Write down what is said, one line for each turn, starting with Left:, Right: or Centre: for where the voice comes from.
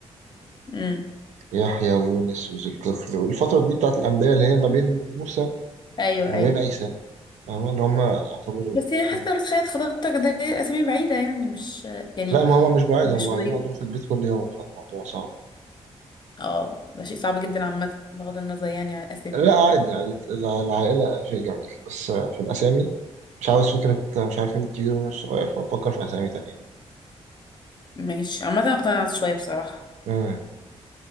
Left: امم
Right: ويحيى ويونس وذو الكفل والفترة دي بتاعت الأنبياء اللي هي ما بين موسى
Left: ايوه
Right: وما
Left: ايوه
Right: بين عيسى فاهمة اللي هما يعتبروا
Left: بس يعني حاسه
Right: كانوا-
Left: راس خيط خطيبتك ده الاسامي بعيده يعني مش يعني
Right: لا ما هما مش بعيد
Left: مش
Right: هما
Left: قريب
Right: قاعدين عندهم في البيت كل يوم فالموضوع صعب
Left: اه ده شيء صعب جدا عامة بغض النظر يعني عن الأسامي
Right: لا عادي يعني الع- العائلة شيء جميل بس آه، في الأسامي مش عاوز فكرة آه، مش عارفين الكبير ومين الصغير فبفكر في أسامي تانية
Left: ماشي عامة أنا اقتنعت شوية بصراحة
Right: مم.